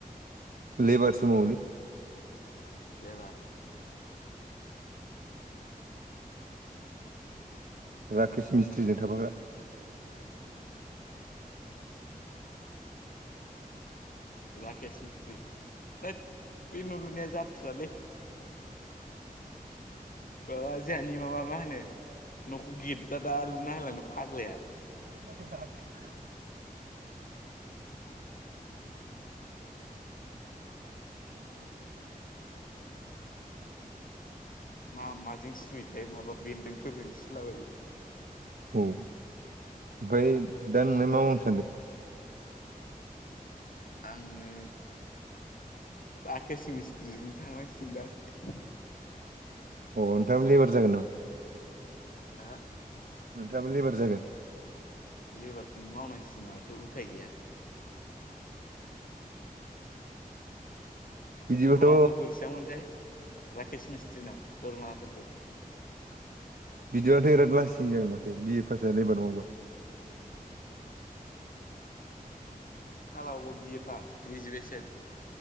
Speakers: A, on the right (about 85°); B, on the left (about 65°).
A: लेबारसो मावोलै।
B: लेबार
A: राकेश मिस्ट्रिजों थाफाग्रा।
B: राकेस मिस्त्रि होथ बे न लुनाया जाथ्रालै। माबा जोंहानि माबा मा होनो न'खौ गेददा दा लुना होलांदों फाग्लाया।
A: <inaudible> <inaudible>
B: मा माजों सुहयोथाय माबा बेन्दोंफोरजों सुलाबायो
A: औ ओमफ्राय दा नोंना मा मावनो सानदों।
B: आङो राकेस मिस्त्रिजों थांनाय सिदानथ
A: अ नोंथाङ लेबार जागोन नामा?
B: आ
A: नोंथाङाबो लेबार जागोन।
B: लेबारखौनो मावनांसिगनो माथो उफाय गैया।
A: बिदिबाथ'
B: दरमाफोरखौ बेसेबांमोनथाय राकेस मिस्थ्रिनाव दरमाफोरखौ
A: बिदिबाथ' बिराद लासिं जागोन माथो बि ए पास जाया लेबार मावबा
B: फाला अबाव बिए पास ग्रेजुवेसन